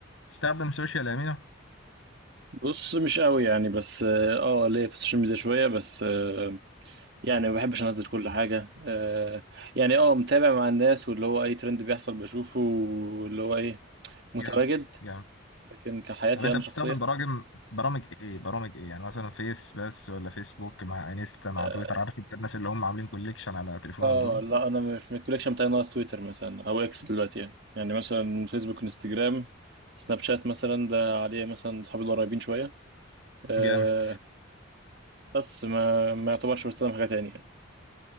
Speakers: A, on the left; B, on the right.
A: تستخدم سوشيال امينو
B: بص مش قوي يعني بس اه آه، ليا في السوشيال ميديا شويه بس آه يعني ما بحبش انزل كل حاجه آه يعني اه متابع مع الناس واللي هو اي ترند بيحصل بشوفه واللي هو ايه متواجد
A: جامد جامد
B: لكن كحياتي
A: طب انت
B: انا
A: بتستخدم
B: شخصيا
A: برامج برامج ايه برامج ايه يعني مثلا فيس بس ولا فيسبوك مع انستا مع
B: اه
A: تويتر عارف انت الناس اللي هم عاملين كوليكشن على تليفونهم
B: آه،
A: دول
B: لا انا مش من الكوليكشن بتاعي ناقص تويتر مثلا او اكس دلوقتي يعني يعني مثلا فيسبوك انستجرام سناب شات مثلا ده عليه مثلا اصحابي القريبين شويه آه
A: جامد
B: بس ما ما يعتبرش بستخدم حاجه تانية يعني